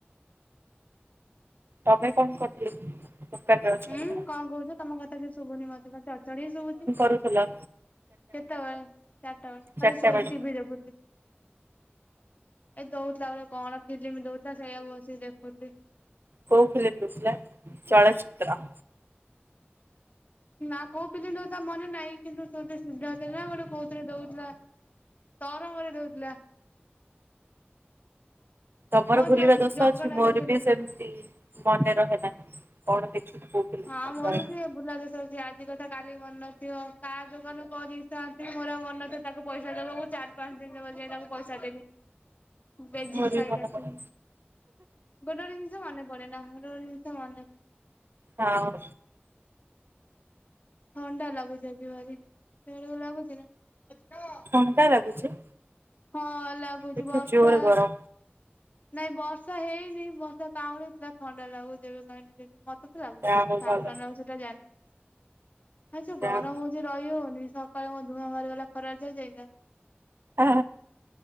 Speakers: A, on the right; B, on the left.
A: ତମେ କଣ୍ କରୁଥିଲ କି? ଦୋକାନରେ ଅଛ
B: ଉଁ
A: ବୋଧେ
B: କଁ କୋଉଚ ତମ କଥା କିଛି ଶୁଭୁନି ମତେ ଚଡ୍ ଚଡ୍ ହିଁ ଶୁଭୁଛି।
A: କରୁଥୁଲ
B: କେତେବେଳେ ଚାରିଟା ବେଳେ ମୁଁ
A: ଚାରିଟା
B: ଖାଲି ଶୋଇକି
A: ବେଳେ
B: ଟିଭି ଦେଖୁଥିଲି। ଏ ଦୋଉଥିଲା ଗୋଟେ କଣ ଫିଲିମି ଦୋଉଥିଲା ସେଇଆକୁ ବସିକି ଦେଖୁଥିଲି।
A: କୋଉ ଫିଲିମ୍ ଦୋଉଥିଲା?
B: ନା କୋଉ ଫିଲିମ୍ ଦୋଉଥିଲା ମନେ ନାହିଁ କିନ୍ତୁ ଶୁଦ୍ଧିସ୍ନିଗ୍ଧା ଥିଲା ଗୋଟେ କୋଉଥିରେ ଦୋଉଥୁଲା। ତରଙ୍ଗରେ ଦଉଥିଲା।
A: ତମର
B: କଣ
A: ଭୁଲିବା ଦୋଷ
B: ଜଗନ୍ନାଥ
A: ଅଛି ମୋର
B: ଫିଲ୍ମ
A: ବି ସେମିତି
B: ଦଉଥିଲା।
A: ମନେ ରହେନା କଣ ଦେଖିନି କୋଉ ଫିଲ୍ମ
B: ହଁ
A: କଣ
B: ମୋର
A: ରହିଲା।
B: ବି ଟିକେ ଭୁଲା ଦୋଷ ଅଛି ଆଜି କଥା କାଲି କି ମନ ନଥିବ କାହା ଦୋକାନରୁ କଣ ଜିନିଷ ଆଣିିଥିବି ମୋର ଆଉ ମନ ନଥିବ ତାକୁ ପଇସା ଦବାକୁ ଚାରି, ପାଞ୍ଚ ଦିନ <unintelligible> ଯାଇ ତାକୁ। ପଇସା ଦେବି ବେଜିିତ
A: ମୋର ବି
B: ଖାଇକି
A: ମନେ
B: ଆସିମ୍।
A: ପଡେ
B: ଗୋଟେ ଗୋଟେ ଜିନିଷ ମନେ ପଡେନା ଗୋଟେ ଗୋଟେ ଜିନିଷ ମନେ ପ
A: ହଁ।
B: ଥଣ୍ଡା ଲାଗୁଛି ଆଜି ଭାରି <unintelligible> ଲାଗୁଛି ନା।
A: ଥଣ୍ଡା ଲାଗୁଛି।
B: ହଁ ଲାଗୁଛି
A: ଏଠି
B: ବର୍ଷା।
A: ଜୋର ଗରମ
B: ନାଇଁ ବର୍ଷା ହେଇନି ବର୍ଷା କାଉଁଳି ଥିଲା ଥଣ୍ଡା ଲାଗୁଛି ଏବେ ପାଇଁ ଟିକେ ଟିକେ ମ ତତେ ଲାଗୁଛି
A: ଯାହା
B: କାହାକୁ
A: ହଉ ଭଲ
B: ଥଣ୍ଡା ଲାଗୁଚି ସେଟା ଜାଣିନି ଆଉ ଯୋଉ
A: ଯାହା
B: ଗରମ ଯଉ ରହିହଉନି ସକାଳୁ ମୋ ଧୂଆଁ ବାହାରିଗଲା ଖରାରେ ଯାଇ ଯାଇକା।
A: ଆ